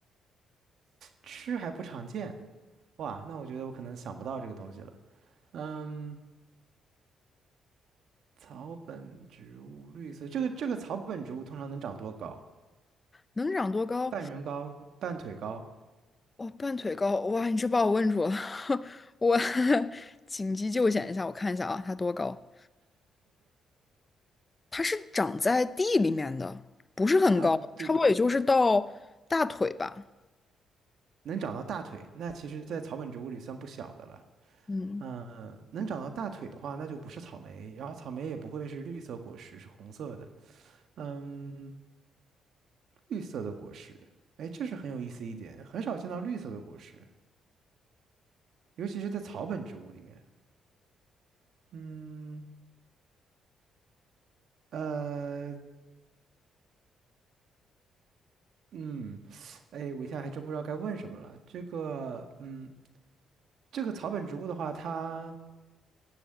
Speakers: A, on the right (about 65°); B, on the left (about 25°).
A: 吃还不常见。哇，那我觉得我可能想不到这个东西了。嗯。草本植物绿色，这个这个草本植物通常能长多高？
B: 能长多高？
A: 半人高、半腿高
B: 哦，半腿高，哇，你这把我问住了，<laughs> 我 <laughs> 紧急救险一下，我看一下啊，它多高？它是长在地里面的，不是很高，
A: 啊？对，
B: 差不多也就是到大腿吧。
A: 能长到大腿，那其实，在草本植物里算不小的了。
B: 嗯，
A: 嗯、能长到大腿的话，那就不是草莓，然后草莓也不会是绿色果实，是红色的。嗯，绿色的果实，哎，这是很有意思一点，很少见到绿色的果实，尤其是在草本植物里面。嗯，呃，嗯，哎，我一下还真不知道该问什么了。这个，嗯。这个草本植物的话，它